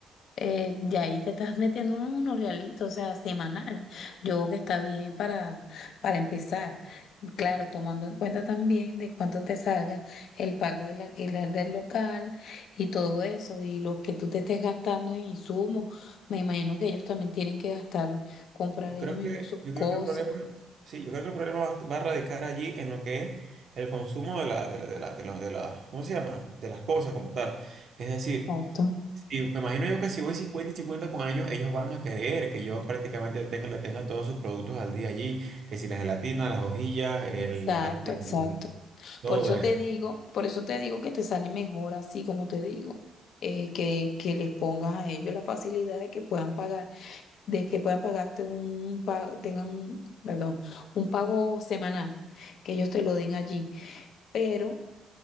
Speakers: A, on the left; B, on the right.
A: eh, y ahí te estás metiendo unos realitos, o sea, semanal. Yo creo que está bien para, para empezar. Claro, tomando en cuenta también de cuánto te salga el pago del alquiler del local y todo eso, y lo que tú te estés gastando en insumos. Me imagino que ellos también tienen que gastar, comprar
B: Yo creo
A: ellos mismos
B: que,
A: sus
B: yo
A: cosas.
B: creo que el problema, sí, yo creo que el problema va, va a radicar allí en lo que es el consumo de la, de la, de la, de la, de la- ¿cómo se llama? De las cosas como tal. Es decir,
A: Exacto.
B: si- me imagino yo que si voy 50 y 50 con años, ellos van a querer que yo prácticamente tenga, le tenga todos sus productos al día allí, que si la gelatina, las hojillas, el,
A: Exacto,
B: este,
A: exacto.
B: la- todo
A: Por eso
B: eso.
A: te digo, por eso te digo que te sale mejor así como te digo, eh, que, que les pongas a ellos la facilidad de que puedan pagar, de que puedan pagarte un pago, tengan un, perdón, un pago semanal, que ellos te lo den allí. Pero